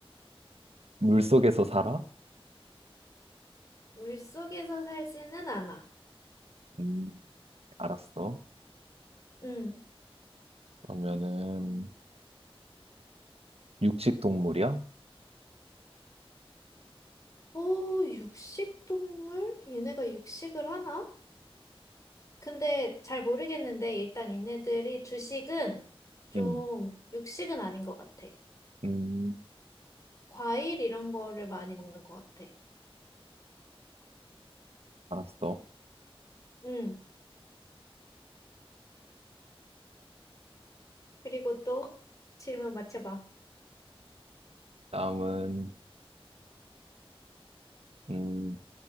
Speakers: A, on the right; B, on the left.
A: 물속에서 살아?
B: 물속에서 살지는 않아.
A: 음, 알았어.
B: 응.
A: 그러면은, 육식 동물이야?
B: 오, 육식동물? 얘네가 육식을 하나? 근데 잘 모르겠는데, 일단 얘네들이 주식은 좀
A: 음.
B: 육식은 아닌 것 같아.
A: 음,
B: 과일 이런 거를 많이 먹는 것 같아.
A: 알았어.
B: 응. 그리고 또 질문 맞춰봐.
A: 다음은, 음,